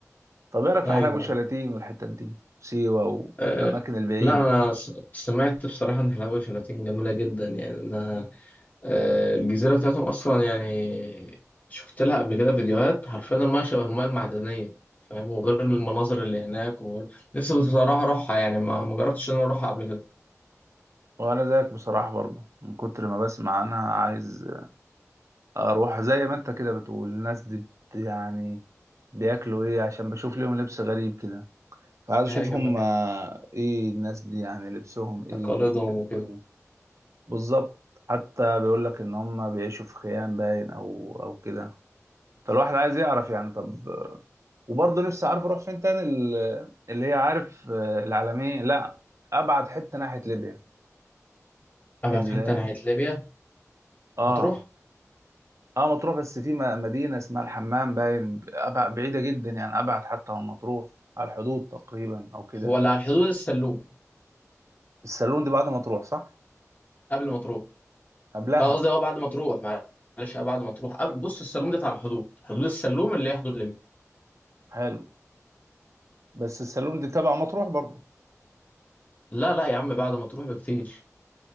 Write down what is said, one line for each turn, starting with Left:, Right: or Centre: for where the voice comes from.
Right: طب ايه رايك في
Left: ايوه
Right: حلايب وشلاتين
Left: أيوة.
Right: والحتت دي سيوة والاماكن
Left: أه
Right: البعيدة
Left: لا انا س- سمعت بصراحه ان حلاوه شلاتين جميله جدا يعني انا آه، الجزيرة بتاعتهم أصلا يعني شفت لها قبل كده فيديوهات حرفيا المياه شبه المياه المعدنية فاهم وغير المناظر اللي هناك وغير... نفسي بصراحة أروحها يعني ما ما جربتش إن أنا أروحها قبل كده
Right: وانا زيك بصراحة برضو من كتر ما بسمع انا عايز اروح زي ما انت كده بتقول الناس دي بت يعني بياكلوا ايه عشان بشوف ليهم لبس غريب كده فعايز
Left: <laughs>
Right: اشوف
Left: أيوه
Right: هم
Left: أيوه
Right: ايه الناس دي يعني لبسهم ايه
Left: تقاليدهم
Right: بياكلوا
Left: وكده
Right: ايه بالظبط حتى بيقول لك ان هم بيعيشوا في خيام باين او او كده فالواحد عايز يعرف يعني طب وبرضه نفسي عارف اروح فين تاني ال- اللي هي عارف آه، العالمية لا ابعد حتة ناحية ليبيا
Left: أبعد
Right: اللي
Left: حتة ناحية ليبيا
Right: اه
Left: مطروح
Right: اه مطروح بس في م- مدينة اسمها الحمام باين أبع- بعيدة جدا يعني أبعد حتى من مطروح على الحدود تقريبا أو كده
Left: هو اللي على الحدود السلوم
Right: السالون دي بعد مطروح صح؟
Left: قبل ما تروح
Right: قبلها
Left: أه قصدي أه بعد ما تروح معلش أه بعد ما تروح قبل بص السلوم ده على الحدود حدود السلوم اللي هي حدود ليبيا
Right: حلو بس السالون دي تبع مطروح برضه
Left: لا لا يا عم بعد ما تروح بكتير